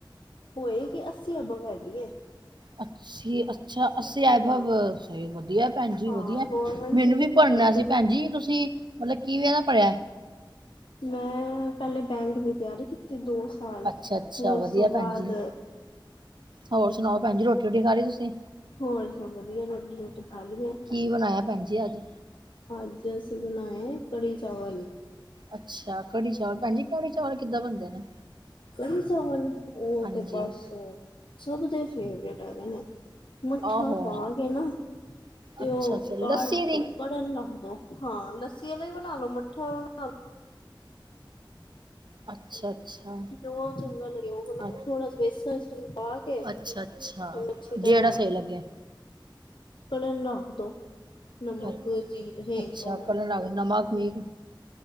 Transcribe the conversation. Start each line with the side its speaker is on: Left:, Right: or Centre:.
Left: ਹੋਏ ਗੀ ਅੱਸੀ ਅਬਵ ਹੈਗੀ ਏ
Right: ਅੱਛ ਅੱਛਾ ਅਸੀਂ ਐਬਵ,
Left: ਹਾਂ
Right: ਵਧੀਆ ਭੈਣ ਜੀ
Left: ਹਾਂ
Right: ਵਧੀਆ
Left: ਗੌਰਮੈਂਟ
Right: ਮੈਨੂੰ
Left: ਚ
Right: ਵੀ
Left: ਤੇ
Right: ਭਣਨਾ
Left: ਫਿਰ ਅੱਧੀ
Right: ਸੀ ਭੈਨ ਜੀ, ਤੁਸੀਂ ਮਤਲਬ ਕਿਵੇਂ ਦਾ ਭਰਿਐ
Left: ਮੈਂ ਪਹਿਲੇ ਬੈਂਕ ਦੀ ਤਿਆਰੀ ਕੀਤੀ ਦੋ ਸ ਸਾਲ, ਫਿਰ
Right: ਅੱਛਾ-ਅੱਛਾ
Left: ਉਸ
Right: ਵਧੀਆ
Left: ਤੋਂ
Right: ਭੈਣ
Left: ਬਾਅਦ
Right: ਜੀ। ਹੋਰ ਸੁਨਾਓ ਭੈਨਜੀ, ਰੋਟੀ ਰੁਟੀ ਖਾ ਲੀ ਤੁਸੀਂ?
Left: ਹੋਰ ਸਭ ਵਧੀਆ? ਰੋਟੀ ਰੁਟੀ ਖਾ ਲਈਏ
Right: ਕੀ ਬਨਾਇਆ ਭੈਨ ਜੀ ਅੱਜ
Left: ਅੱਜ ਅਸੀਂ ਬਨਾਏ ਕੜੀ ਚਾਵਲ
Right: ਅੱਛਾ ਕੜੀ ਚਾਵਲ, ਭੈਨਜੀ ਕੜੀ ਚਾਵਲ ਕਿੱਦਾਂ ਬਨਦੇ ਨੇ?
Left: ਕੜੀ ਚਾਵਲ ਉਹ
Right: ਹਾਂਜੀ
Left: ਤੇ ਬਸ ਸਭ ਦੇ ਫੇਵਰੇਟ ਹੈਗੇ ਨੇ ਮੱਠਾ
Right: ਆਹੋ
Left: ਪਾ ਕੇ ਨਾ, ਤੇ
Right: ਅੱਛਾ-ਅੱਛਾ
Left: ਉਹ
Right: ਲੱਸੀ
Left: ਕਾੜ
Right: ਦੀ
Left: ਦੋ ਕੜਨ ਰੱਖ ਦੋ ਹਾਂ, ਲੱਸੀ ਆਲਾ ਈ ਬਣਾ ਲੋ ਮੱਠਾ ਵਾਲਾ ਵੀ ਬਣਾ ਲਓ
Right: ਹ ਅੱਛਾ ਅੱਛਾ,
Left: ਜੋ ਚੰਗਾ ਲੱਗੇ ਉਹ ਬਣਾ ਲੋ
Right: ਅੱ
Left: ਥੋੜਾ ਬੇਸਣ ਪਾ ਕੇ
Right: ਅੱਛਾ ਅੱ ਅੱਛਾ,
Left: ਉਹਨੂੰ ਅੱਛੀ ਤਰ੍ਹਾਂ
Right: ਜਿਹੜਾ ਸਹੀ ਲੱਗੇ
Left: ਕੜਨ ਰੱਖ ਦੋ, ਨਮਕ
Right: ਅੱਛਾ
Left: ਜੀਰੇ ਹਿੰਗ ਔਰ
Right: ਕਲਰ ਨਮਕ ਵੀ